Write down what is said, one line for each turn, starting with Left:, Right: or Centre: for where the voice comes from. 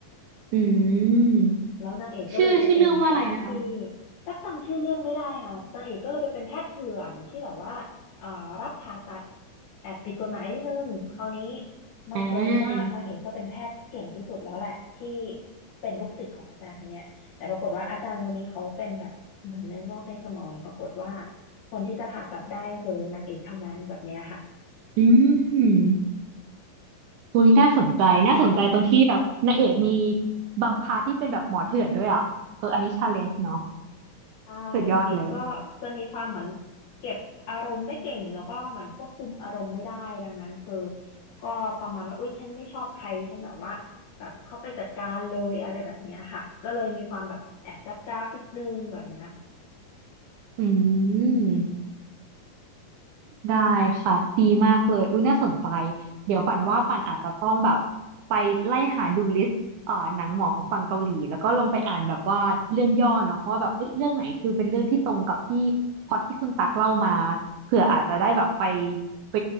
Right: อืม
Left: แล้วนางเอกก็เลยไปเป็นแพทย์ที่
Right: ชื่อชื่อเรื่องว่าอะไรนะคะ
Left: ตักจำชื่อเรื่องไม่ได้ค่ะนางเอกก็เลยไปเป็นแพทย์เถื่อนที่แบบว่าเอ่อรับผ่าตัดแอบผิดกฎหมายนิดนึงคราวนี้บังเอิญว่านางเอกก็เป็นแพทย์ที่เก่งที่สุดแล้วแหละที่
Right: อ่า
Left: เป็นลูกศิษย์ของอาจารย์คนเนี้ยแต่ปรากฏว่าอาจารย์คนนี้เขาเป็นแบบเหมือนเนื้องอกในสมองปรากฏว่าคนที่จะผ่าตัดได้คือนางเอกเท่านั้นแบบเนี้ยค่ะ
Right: อืมอุ้ยน่าสนใจน่าสนใจตรงที่แบบนางเอกมีบางพาร์ทที่เป็นแบบหมอเถื่อนด้วยอ่ะเอออันนี้ชาเลนจ์เนาะ
Left: ใช่นางเอกก็จะมีความเหมือน
Right: สุดยอดเลย
Left: เก็บอารมณ์ไม่เก่งแล้วก็เหมือนควบคุมอารมณ์ไม่ได้ดังนั้นคือก็ประมาณว่าอุ้ยฉันไม่ชอบใครฉันแบบว่าแบบเข้าไปจัดการเลยอะไรแบบเนี้ยค่ะก็เลยมีความแบบแอบดักดักนิดนึงแบบเนี้ย
Right: อืม ได้ค่ะดีมากเลยอุ้ยน่าสนใจเดี๋ยวปั่นว่าปั่นอาจจะต้องแบบไปไล่หาดูลิสต์อ่าหนังหมอของฝั่งเกาหลีแล้วก็ลงไปอ่านแบบว่าเรื่องย่อเนาะว่าแบบเอ้ยเรื่องไหนคือเป็นเรื่องที่ตรงกับที่พล็อตที่คุณตักเล่ามาเผื่ออาจจะได้แบบไปไป